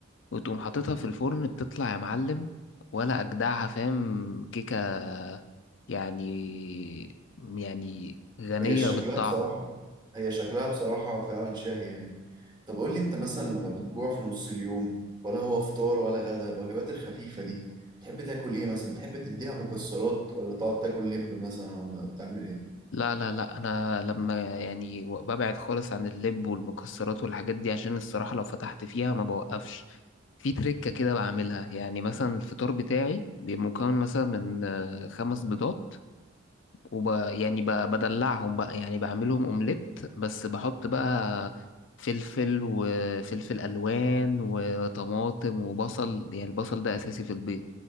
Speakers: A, on the left; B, on the right.
A: وتقوم حاططها في الفرن بتطلع يا معلم ولا أجدعها فاهم كيكة يعني يعني غنية
B: هي شكلها
A: بالطعم
B: بصراحة هي شكلها بصراحة فعلا شاهي يعني طب قول لي انت مثلا لما بتجوع في نص اليوم ولا هو فطار ولا غدا الوجبات الخفيفة دي تحب تاكل ايه مثلا تحب تديها مكسرات ولا تقعد تاكل لب مثلا ولا بتعمل ايه
A: لا لا لا انا لما يعني ببعد خالص عن اللب والمكسرات والحاجات دي عشان الصراحة لو فتحت فيها ما بوقفش في تركة كده بعملها يعني مثلا الفطار بتاعي بيبقى مكون مثلا من آه، خمس بيضات وب يعني ب- بدلعهم بقى يعني بعملهم اومليت بس بحط بقى فلفل وفلفل الوان وطماطم وبصل يعني البصل ده اساسي في البيض